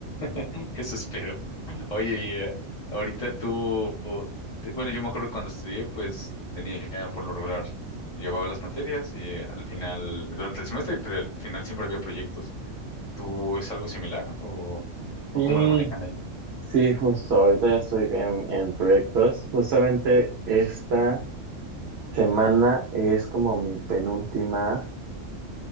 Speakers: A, on the left (about 30°); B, on the right (about 60°).
A: <laughs> Eso espero. Oye, y eh, ahorita tú, te- bueno, yo me acuerdo que cuando estudié, pues tenía por lo regular, llevaba las materias y eh, al final, durante el semestre, pero al final siempre había proyectos. ¿Tú es algo similar o, o
B: Sí,
A: cómo lo manejan ahí?
B: sí, justo, ahorita ya estoy en, en proyectos. Justamente esta... semana es como mi penúltima,